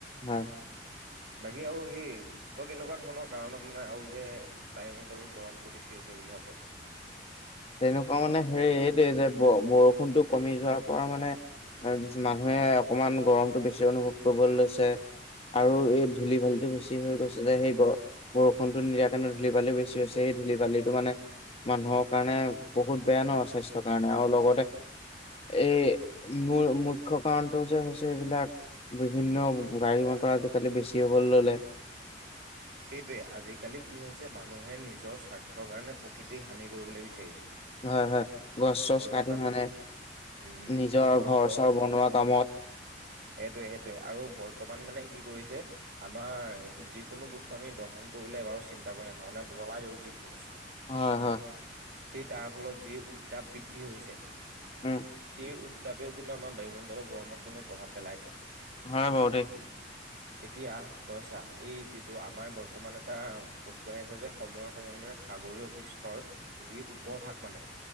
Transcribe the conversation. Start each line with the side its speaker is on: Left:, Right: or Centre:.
Left: হয়।
Right: বাকী আৰু সেই তই কেনেকুৱা তে ধৰণৰ কাৰণত মানে আৰু যে বায়ুমণ্ডলৰ গৰমটো বেছি হৈছে বুলি ভাবো।
Left: তেনেকুৱা মানে হে এইটোৱে যে বৰষুণটো কমি যোৱাৰ পৰা মানে মানুহে অকমান গৰমতটো বেছি অনুভৱ কৰিবলৈ লৈছে। আৰু এই ধূলি ভালটো বেছি হৈ গৈছে যে, সেই বৰষুণটো নিদিয়াৰ কাৰণে ধূলি ভাল বেছি হৈছে সেই ধূলি-বালিটো মানে মানুহৰ কাৰণে বহুত বেয়া ন স্বাস্থ্যৰ কাৰণে আৰু লগতে এই মোৰ মুখ্য কাৰণটো যে হৈছে এইবিলাক বিভিন্ন গাড়ী-মটৰ আজিকালি বেছি হ'বলৈ ললে।
Right: সেইটোৱে আজিকালি কি হৈছে মানুহে নিজৰ স্বাৰ্থৰ কাৰণে প্ৰকৃতিক হানি কৰিবলৈ বিচাৰিছে।
Left: হয়-হয় গছ চছ
Right: বৰ্তমান
Left: কাটি মানে
Right: উম
Left: নিজৰ
Right: বৰ্ত
Left: ঘৰ-চৰ বনোৱা কামত
Right: সেইটোৱে সেইটোৱে আৰু বৰ্তমান মানে কি কৰিছে আমাৰ যিকোনো বস্তু আমি দহন কৰিবলে এবাৰো চিন্তা কৰি নাথাকো মানে জ্বলাই দিও যিকোনো বস্তু।
Left: হয়-হয়।
Right: সেই তাৰ ফলত যি উত্তাপ বৃদ্ধি হৈছে সেই
Left: উম
Right: তথাপিও কিন্তু আমাৰ বায়ুমণ্ডলৰ গৰমত কিন্তু প্ৰভাৱ পেলাইছে।
Left: হয় বাৰু দেই।
Right: এতিয়া তই চা এই যি তো আমাৰ বৰ্তমান এটা বস্তু আহি আছে যে, সময়ে- সময়ে মানে সাগৰীয় পৃষ্ঠৰ যি উপ ৰ ভাগ মানে